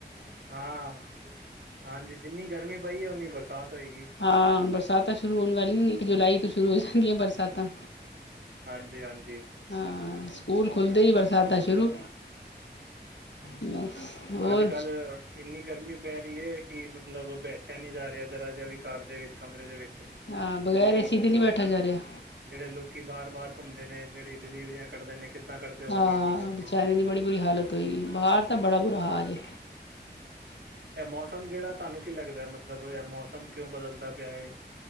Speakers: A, on the right; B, on the left.
A: ਹਾਂ - ਹਾਂਜੀ ਜਿੰਨੀ ਗਰਮੀ ਪਈ ਏ ਉਨੀ ਬਰਸਾਤ। ਹੋਏਗੀ
B: ਹਾਂ ਬਰਸਾਤਾ ਸ਼ੁਰੂ ਹੋਨ ਵਾਲੀਆ ਇੱਕ ਜੁਲਾਈ ਤੋ ਸ਼ੁਰੂ ਹੋ ਜਾਨਗੀਆ ਬਰਸਾਤਾ।
A: ਹਾਂਜੀ ਹਾਂਜੀ
B: ਹਾਂ, ਸਕੂਲ ਖੁੱਲਦੇ ਈ ਵਰਸ ਸਾਦਾ ਸ਼ੁਰੂ ਬਸ <inaudible> ਹੋਰ
A: ਅੱਜ ਕੱਲ ਇੰਨੀ ਗਰਮੀ ਪੈ ਰਹੀ ਏ, ਕਿ ਮਤਲਬ ਬੈਠ ਰਿਆ ਨੀ ਜਾ ਰਿਹਾ ਜਰਾ ਜਿਹਾ ਵੀ, ਘਰ ਦੇ ਵਿੱਚ, ਕਮਰੇ ਦੇ ਵਿੱਚ।
B: ਹਾਂ ਬਗੈਰ ਏਸੀ ਦੇ ਨਹੀਂ ਬੈਠਾ ਜਾ ਰਿਹਾ
A: ਜਿਹੜੇ ਲੋਕੀ ਬਾਰ, ਬਾਰ ਘੁੰਮਦੇ ਨੇ, ਜਿਹੜੇ ਡਿਲੀਵਰੀਆਂ ਕਰਦੇ ਨੇ ਕਿੱਦਾਂ ਕਰਦੇ ਹੋਵਾਂਗੇ
B: ਹਾਂ,
A: ਇੰਨੀ ਗਰਮੀ
B: ਵਿਚਾਰੇ
A: ਚ
B: ਦੀ ਬੜੀ ਬੁਰੀ ਹਾਲਤ ਹੋਈ, ਬਾਹਰ ਤਾ ਬੜਾ ਬੁਰਾ ਹਾਲ ਏ
A: ਇਹ ਮੌਸਮ ਜਿਹੜਾ ਤੁਹਾਨੂੰ ਕੀ ਲੱਗਦਾ, ਮਤਲਬ ਇਹ ਮੌਸਮ ਕਿਉਂ ਬਦਲਦਾ ਪਿਆ ਏ?